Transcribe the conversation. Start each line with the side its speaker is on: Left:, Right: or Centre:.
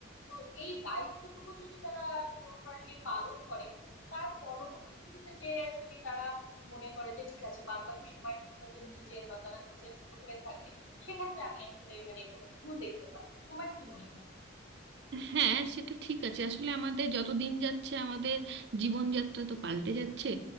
Left: তো এই দায়িত্বটুকু যদি তারা প্রপারলি পালন করে তার পরবর্তীতে যে যদি তারা মনে করে যে ঠিক আছে বাদ বাকি সময়টুকু তাদের নিজের বা তারা নিজের মতো করে থাকবে সেক্ষেত্রে আমি আসলে মানে কোনো ভুল দেখতে পাই না তোমার কি মনে হয়
Right: হ্যাঁ সেটা ঠিক আছে আসলে আমাদের যত দিন যাচ্ছে আমাদের জীবনযাত্রা তো পাল্টে যাচ্ছে